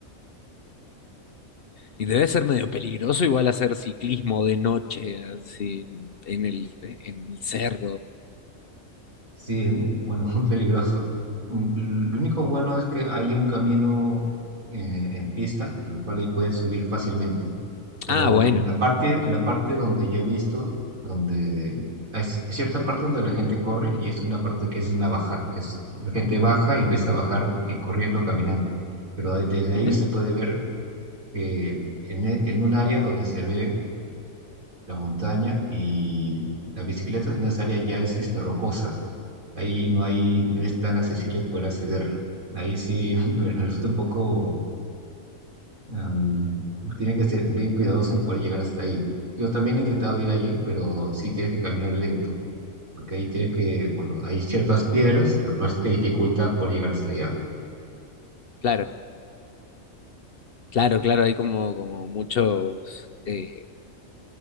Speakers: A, on the left; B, on the right.
A: Y debe ser medio peligroso igual hacer ciclismo de noche, así, en el, en el cerro.
B: Sí, eh, bueno, <laughs> muy peligroso. Mm, Lo único bueno es que hay un camino eh, en pista, lo cual ahí puedes subir fácilmente. Pero
A: Ah, bueno.
B: en la parte, la parte donde yo he visto, donde hay, c- hay cierta parte donde la gente corre y es una parte que es una baja, es, la gente baja y empieza a bajar y corriendo, caminando. Pero de- desde ahí
A: Ujú,
B: se puede ver eh, en, e- en un área donde se ve la montaña y la bicicleta en esa área ya es este, rocosa. Ahí no hay, no es tan accesible poder acceder. Ahí sí <laughs> me resulta un poco, am, tiene que ser bien cuidadoso en poder llegar hasta ahí. Yo también he intentado ir allí, pero sí tienes que caminar lento, porque ahí tienes que, bueno, hay ciertas piedras, lo cual te dificulta poder llegar hasta allá.
A: Claro. Claro, claro, hay como, como muchos, eh,